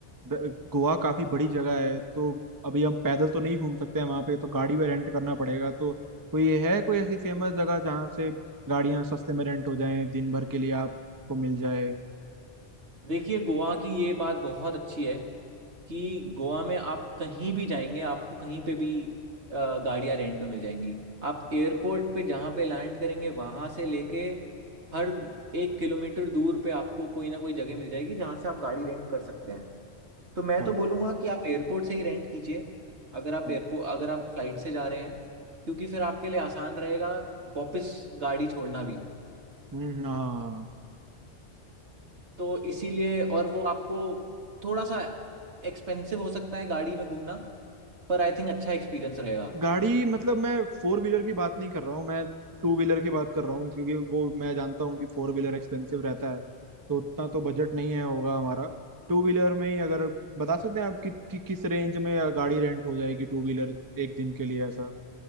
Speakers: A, on the right (about 20°); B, on the right (about 70°).
A: ब- गोवा काफी बड़ी जगह है तो अभी हम पैदल तो नहीं घूम सकते हैं वहां पे तो गाड़ी में रेंट करना पड़ेगा तो कोई है कोई ऐसी फेमस जगह जहां से गाड़ियां सस्ते में रेंट हो जाएं दिन भर के लिए आपको मिल जाए
B: देखिए गोवा की ये बात बहुत अच्छी है कि गोवा में आप कहीं भी जाएंगे आपको कहीं पे भी अ, गाड़ियां रेंट पे मिल जाएंगी आप एयरपोर्ट पे जहाँ पे लैंड करेंगे वहां से लेके हर एक किलोमीटर दूर पे आपको कोई ना कोई जगह मिल जाएगी जहाँ से आप गाड़ी रेंट कर सकते हैं तो मैं
A: अच्छा
B: तो बोलूंगा कि आप एयरपोर्ट से ही रेंट कीजिए अगर आप
A: हम्म
B: एयरपोर्ट अगर आप फ्लाइट से जा रहे हैं क्योंकि फिर आपके लिए आसान रहेगा वापस गाड़ी छोड़ना भी
A: हम्म, हाँ
B: तो इसीलिए और वो आपको थोड़ा सा एक्सपेंसिव हो सकता है गाड़ी में घूमना पर आई थिंक अच्छा एक्सपीरियंस रहेगा
A: गाड़ी मतलब मैं फोर व्हीलर की बात नहीं कर रहा हूँ मैं टू व्हीलर की बात कर रहा हूँ क्योंकि वो मैं जानता हूँ कि फोर व्हीलर एक्सपेंसिव रहता है तो उतना तो बजट नहीं है होगा हमारा टू व्हीलर में ही अगर बता सकते हैं आप कि, कि, किस रेंज में गाड़ी रेंट हो जाएगी टू व्हीलर एक दिन के लिए ऐसा